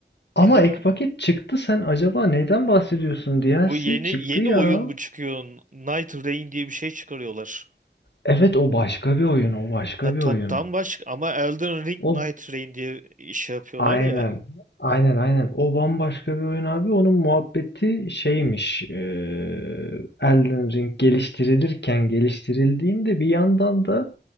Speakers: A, on the left (about 70°); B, on the right (about 45°).
A: Ama
B: Belli
A: ek
B: mi?
A: paket çıktı sen acaba neyden bahsediyorsun? DLC
B: Bu yeni
A: çıktı
B: yeni
A: ya.
B: oyun bu çıkıyor. Night Rain diye bir şey çıkarıyorlar.
A: Evet o başka bir oyun, o başka
B: Ha
A: bir
B: toptan
A: oyun.
B: başka ama Elden Ring
A: O
B: Night Rain diye iş yapıyorlar
A: aynen,
B: ya.
A: aynen aynen. O bambaşka bir oyun abi. Onun muhabbeti şeymiş. eee Elden Ring geliştirilirken geliştirildiğinde bir yandan da